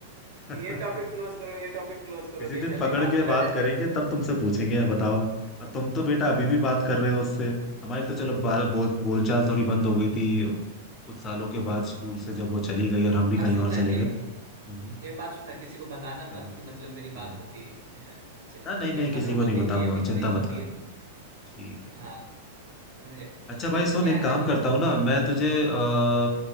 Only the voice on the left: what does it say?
<laughs>
किसी दिन
पकड़ के
बात करेंगे तब तुमसे पूछेंगे बताओ और तुम तो बेटा अभी भी बात कर रहे हो उससे हमारी तो चलो बा- बोल बोलचाल थोड़ी बंद हो गई थी कुछ सालों के बाद स्कूल से जब वो चली गई और हम भी कहीं
और चले
गए हम्म,
हाँ
हाँ
हाँ, नहीं
नहीं
किसी को
नहीं बताऊंगा
चिंता
मत कर
ठीक है ठीक
है।
अच्छा भाई
सुन
एक
काम
करता हूँ ना मैं तुझे आ,